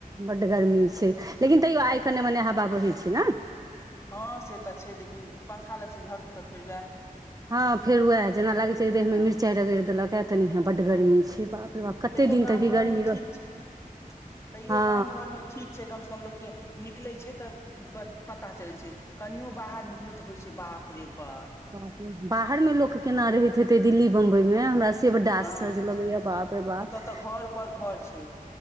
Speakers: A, on the right; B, on the left.
A: बड्ड गर्मी छै लेकिन तैयो आइ कने मने हवा बहैत छै ने
B: हँ से तऽ छै लेकिन पंखा लग से हटू तऽ फेर वएह
A: हँ फेर उएह जेना लागैत छै देह मे
B: हँ
A: मिरचाइ रगड़ि देलक ए तेनाहिए बड्ड
B: हँ
A: गर्मी छै बाप रे बाप कते
B: तैयो
A: दिन
B: गाम
A: तक ई
B: घर
A: गर्मी
B: मे ठीक
A: रह
B: छै तैयो
A: हँ
B: गाम घर मे ठीक छै कमस कम लोग के निकले छै तऽ पता चलै छै कनियों बाहर निकलू तऽ होइ छै बाप रे बा
A: बाप रे बाहर मे लोक केना रहैत हेतै दिल्ली बम्बई मे हमरा सभ से बड्ड आश्चर्चज
B: हँ
A: लगैए ये बापे रे बाप
B: ओतऽ तऽ घर पर घर छै